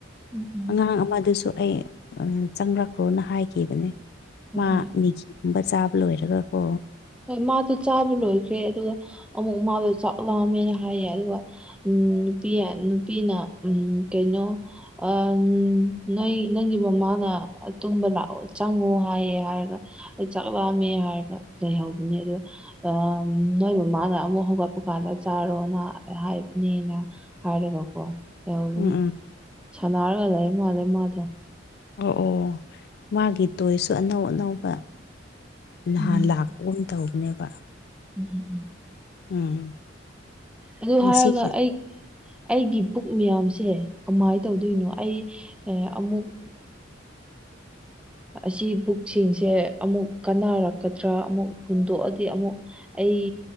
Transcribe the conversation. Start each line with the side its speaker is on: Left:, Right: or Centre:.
Centre: ꯎꯝ ꯎꯝ
Left: ꯑꯉꯥꯡ ꯑꯃꯗꯨꯁꯨ ꯑꯩ ꯆꯪꯂꯛꯄ꯭ꯔꯣꯅ ꯍꯥꯏꯈꯤꯕꯅꯦ
Centre: ꯍꯣꯏ
Left: ꯃꯥ
Centre: ꯍꯣꯏ
Left: ꯃꯤꯦꯒꯤꯒꯨꯝꯕ ꯆꯥꯕ ꯂꯣꯏꯔꯒꯀꯣ
Centre: ꯍꯣꯏ ꯃꯥꯗꯣ ꯆꯥꯕ ꯂꯣꯏꯈ꯭ꯔꯦ ꯑꯗꯨꯒ ꯑꯃꯨꯛ ꯃꯥꯗꯣ ꯆꯥꯛꯂꯝꯑꯃꯦꯅ ꯍꯥꯏꯌꯦ ꯑꯗꯨꯒ ꯎꯝ ꯅꯨꯄꯤ ꯅꯨꯄꯤꯅ ꯎꯝ ꯀꯩꯅꯣ ꯑꯝ ꯅꯣꯏ ꯅꯪꯒꯤ ꯃꯃꯥꯅ ꯇꯨꯝꯕ ꯂꯥꯛꯑꯣ ꯆꯪꯉꯣ ꯍꯥꯏꯌꯦ ꯍꯥꯏꯔꯒ ꯑꯩ ꯆꯥꯛꯂꯝꯑꯝꯃꯦ ꯍꯥꯏꯔꯒ ꯂꯩꯍꯧꯕꯅꯦ ꯑꯗꯣ ꯑ ꯅꯣꯏ ꯃꯃꯥꯅ ꯑꯃꯨꯛ ꯍꯧꯒꯠꯄꯀꯥꯟꯗ ꯆꯥꯔꯣꯅ ꯍꯥꯏꯕꯅꯦꯅ ꯍꯥꯏꯔꯦꯒꯀꯣ ꯌꯥꯎꯅꯤ
Left: ꯎꯝ ꯎꯝ
Centre: ꯁꯥꯟꯅꯔꯒ ꯂꯩ ꯃꯥꯜꯂꯦ ꯃꯥꯗꯣ
Left: ꯑꯣ ꯑꯣ ꯃꯥꯒꯤ ꯇꯣꯏꯁꯨ ꯑꯅꯧ ꯑꯅꯧꯕ ꯅꯍꯥꯟ
Centre: ꯎꯝ
Left: ꯂꯥꯛꯄꯒꯨꯝ ꯇꯧꯕꯅꯦꯕ
Centre: ꯎꯝ ꯎꯝ
Left: ꯎꯝ
Centre: ꯑꯗꯨ
Left: ꯉꯁꯤꯒꯤ
Centre: ꯍꯥꯏꯔꯒ ꯑꯩ ꯑꯩꯒꯤ ꯄꯨꯛ ꯃꯌꯥꯝꯁꯦ ꯀꯃꯥꯏꯅ ꯇꯧꯗꯣꯏꯅꯣ ꯑꯩ ꯑꯃꯨꯛ ꯑꯁꯤ ꯕꯨꯛꯁꯤꯡꯁꯦ ꯑꯃꯨꯛ ꯀꯥꯟꯅꯔꯛꯀꯗ꯭ꯔꯥ ꯑꯃꯨꯛ ꯍꯨꯟꯗꯣꯛꯑꯗꯤ ꯑꯃꯨꯛ ꯑꯩ